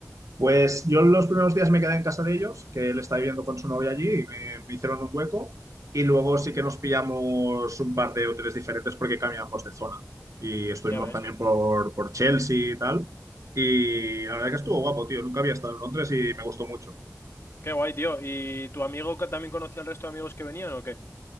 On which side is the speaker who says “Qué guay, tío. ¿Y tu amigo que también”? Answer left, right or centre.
Left